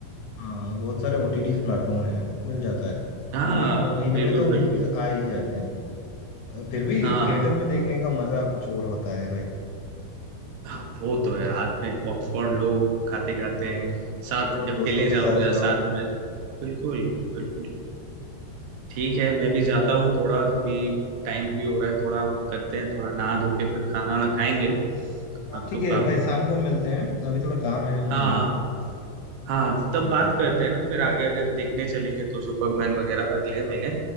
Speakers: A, on the left; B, on the right.
A: हाँ बहुत सारे ओटीटी प्लेटफॉर्म हैं मिल जाता है
B: हाँ
A: मतलब एक दो महीने
B: बिल्कुल
A: में तो
B: बिल्कुल
A: मूवीज आ ही जाते हैं फिर भी
B: हाँ
A: थिएटर में देखने का मजा कुछ और होता है भाई
B: हाँ, वो तो है हाथ में पॉपकॉर्न लो खाते खाते
A: हाँ
B: साथ
A: और
B: अकेले
A: दोस्तों के
B: जाओ
A: साथ
B: या
A: जाओ
B: साथ में बिल्कुल बिल्कुल ठीक है मैं भी जाता हूँ थोड़ा अभी टाइम भी हो रहा है थोड़ा करते हैं थोड़ा नहा धो के फिर खाना वाना खाएंगे
A: हाँ
B: आप
A: ठीक
B: लोग
A: है
B: बात
A: भाई शाम को मिलते हैं अभी थोड़ा काम है मुझे
B: हाँ
A: भी
B: हाँ तब
A: ठीक
B: बात
A: है
B: करते हैं ना फिर आगे अगर देखने चलेंगे तो सुपरमैन वगैरह अगले महीने